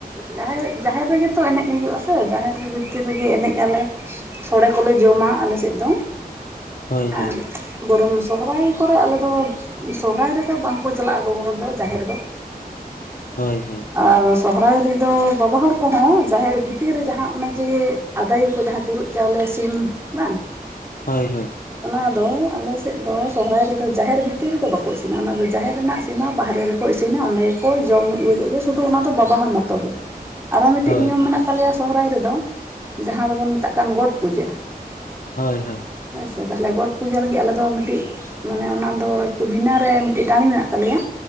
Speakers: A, on the right (about 15°); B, on the left (about 60°).
A: ᱡᱟᱦᱮᱨ ᱡᱟᱦᱮᱨ ᱨᱮᱜᱮ ᱛᱚ ᱮᱱᱮᱡ ᱦᱩᱭᱩᱜᱼᱟᱥᱮ ᱡᱟᱦᱮᱨ ᱵᱷᱤᱛᱤᱨ ᱨᱮᱜᱮ ᱮᱱᱮᱡ ᱟᱞᱮ ᱥᱚᱲᱮ ᱠᱚᱞᱮ ᱡᱚᱢᱟ ᱟᱞᱮ ᱥᱮᱫ ᱫᱚ
B: ᱦᱳᱭ
A: ᱟᱨ
B: ᱦᱳᱭ
A: ᱵᱚᱨᱚᱝ ᱥᱚᱦᱨᱟᱭ ᱠᱚᱨᱮ ᱟᱞᱮ ᱫᱚ, ᱥᱚᱦᱨᱟᱭ ᱨᱮᱫᱚ ᱵᱟᱝᱠᱚ ᱪᱟᱞᱟᱜᱼᱟ ᱜᱚᱜᱚ ᱦᱚᱲ ᱫᱚ ᱡᱟᱦᱮᱨ ᱫᱚ᱾
B: ᱦᱳᱭ ᱦᱳᱭ
A: ᱟᱨ ᱥᱚᱦᱚᱨᱟᱭ ᱨᱮᱫᱚ ᱵᱟᱵᱟ ᱦᱚᱲ ᱠᱚᱦᱚᱸ ᱡᱟᱦᱮᱨ ᱵᱷᱤᱛᱤᱨ ᱨᱮ ᱡᱟᱦᱟᱸ ᱚᱱᱮ ᱡᱮ ᱟᱫᱟᱭ ᱠᱚ ᱡᱟᱦᱟᱸ ᱪᱩᱨᱩᱩᱜ ᱪᱟᱣᱞᱮ ᱥᱤᱢ ᱵᱟᱝ?
B: ᱦᱳᱭ ᱦᱳᱭ
A: ᱚᱱᱟ ᱫᱚ ᱟᱞᱮᱥᱮᱫ ᱫᱚ ᱥᱚᱦᱨᱟᱭ ᱨᱮᱫᱚ ᱡᱟᱦᱮᱨ ᱵᱷᱤ ᱛᱤᱨ ᱨᱮᱫᱚ ᱵᱟᱠᱚ ᱤᱥᱤᱱᱟ ᱚᱱᱟ ᱫᱚ ᱡᱟᱦᱮᱨ ᱨᱮᱱᱟᱜ ᱤᱥᱤᱱᱟ ᱵᱟᱨᱦᱨᱮ ᱨᱮᱠᱚ ᱤᱥᱤᱱᱟ, ᱚᱸᱰᱮ ᱜᱮᱠᱚ ᱡᱚᱢ ᱤᱭᱟᱹ ᱠᱮᱫ ᱜᱮ ᱥᱩᱫᱩ ᱚᱱᱟ ᱫᱚ ᱵᱟᱵᱟ ᱦᱚᱲ ᱢᱚᱛᱚ ᱜᱮ᱾ ᱟᱨᱚ ᱢᱤᱫᱴᱮᱱ
B: ᱦᱳᱭ
A: ᱱᱤᱭᱚᱢ
B: ᱦᱳᱭ
A: ᱢᱮᱱᱟᱜ ᱛᱟᱞᱮᱭᱟ ᱥᱚᱦᱟᱭ ᱨᱮᱫᱚ ᱡᱟᱦᱟᱸ ᱫᱚᱵᱚᱱ ᱢᱮᱛᱟᱜ ᱠᱟᱱ ᱜᱚᱴ ᱯᱩᱡᱟᱹ᱾
B: ᱦᱳᱭ ᱦᱳᱭ
A: ᱦᱳᱭᱥᱮ ᱛᱟᱦᱚᱞᱮ ᱜᱚᱴ ᱯᱩᱡᱟᱹ ᱞᱟᱹᱜᱤᱫ ᱟᱞᱮᱫᱚ ᱢᱤᱫᱴᱤᱡ ᱢᱟᱱᱮ ᱚᱱᱟᱫᱚ ᱵᱷᱤᱱᱟ ᱨᱮ ᱢᱤᱫᱴᱤᱡ ᱴᱟᱨᱱᱤᱝ ᱢᱮᱱᱟᱜ ᱛᱟᱞᱮᱭᱟ᱾